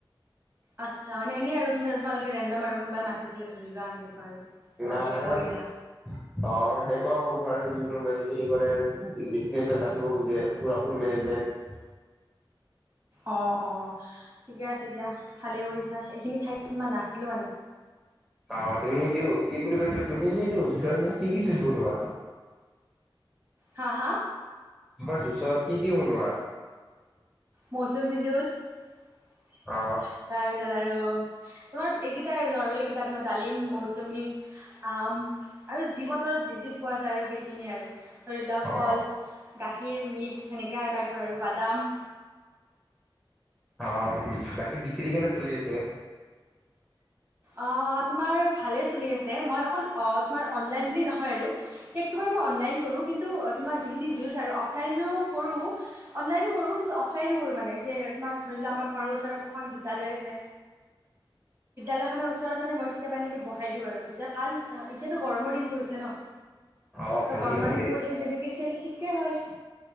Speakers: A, on the right (about 30°); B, in the centre.
A: আচ্ছা মানে এনেই আৰু তুমি তোমালোকে ৰেণ্ডম আৰু, কোনোবাই মাতি দিলে, ধৰি লোৱা এনেকুৱা আৰু গৈ
B: নাই
A: কেনে
B: মানে।
A: কৰি
B: আমি
A: আহা
B: অ সেইকুৱা কৰো আৰু যি কোনোবাই যদি হি কৰে <unintelligible> পাতিব খোজে, পুৰা ফোল মেনেজমেন্ট
A: অঁ'হ অ'হ। ঠিকে আছে দিয়া। ভালেই কৰিছা। এইখিনি ঠাইতমান মই নাছিলোঁ মানে।
B: অ তুমিটো কি বুলি কৈতো তুমি <unintelligible> কি কি চুচব তোমাক।
A: হা -হা
B: তোমাৰ জোচত কি কি বনোৱা?
A: মৌচম্বী জোচ। তাৰ
B: অ
A: পিছত আৰু তোমাৰ এইকেইটা আৰু নৰ্মেল তাত মই ডালিম 'মৌচমী আম আৰু যি বতৰত যি-যি পোৱা যায় আৰু সেইখিনিয়ে আৰু। ধৰি লওক
B: অ
A: কল গাখীৰ মিক্স সেনেকা টাইপৰ আৰু বাদাম।
B: অ' বাকী বিক্ৰী কেনে চলি আছে?
A: অ' তোমাৰ ভালেই চলি আছে মই অকল তোমাৰ অনলাইন বুলি নহয় আৰু। টো বাৰু মই অনলাইন কৰো কিন্তু। তোমাৰ যিখিনি জুজ আৰু অফলাইনো কৰো অনলাইনো কৰোঁ কিন্তু অফলাইনো কৰোঁ মানে যে তোমাৰ ধৰি লোৱা আমাৰ ঘৰৰ ওচৰত এখন বিদ্যালয় আছে। তেতিয়া হলে ওচৰ ওচৰত মে মই কেতিয়াবা এনেক বহাই দিওঁ আৰু তেতিয়া ভাল এতিাতো, গৰমৰ দিন পৰিছে ন।
B: অ
A: ত
B: ভালেই
A: গমদিন
B: ভালেই
A: পৰিচে যদি কি চেল। কে হয়